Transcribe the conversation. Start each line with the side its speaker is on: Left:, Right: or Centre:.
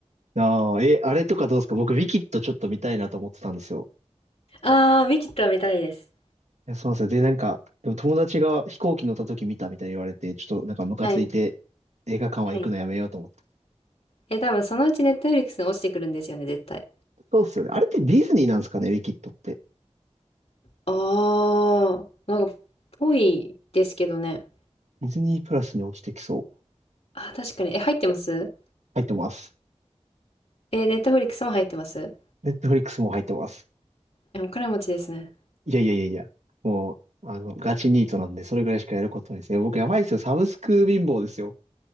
Right: ああ、え、あれとかどうですか僕、ウィキッドちょっと見たいなと思ってたんですよ。
Left: ああ、ウィキッドは見たいです。
Right: いや、そうなんですよ。で、なんか、でも友達が飛行機乗った時見たみたいに言われて、ちょっとなんかムカついて映画館は行くのやめようと思って。
Left: はい。はい。え、多分そのうちネットフリックスに落ちてくるんですよね、絶対。
Right: そうっすよね。あれってディズニーなんですかね、ウィキッドって。
Left: あー、なんか、ぽいですけどね。
Right: ディズニープラスに落ちてきそう。
Left: あー、確かに。え、入ってます
Right: 入ってます。
Left: え、ネットフリックスも入ってます
Right: ネットフリックスも入ってます。
Left: え、お金持ちですね。
Right: いやいやいやいや。もう、あの、ガチニートなんで、それぐらいしかやることないですね。僕やばいですよ。サブスク貧乏ですよ。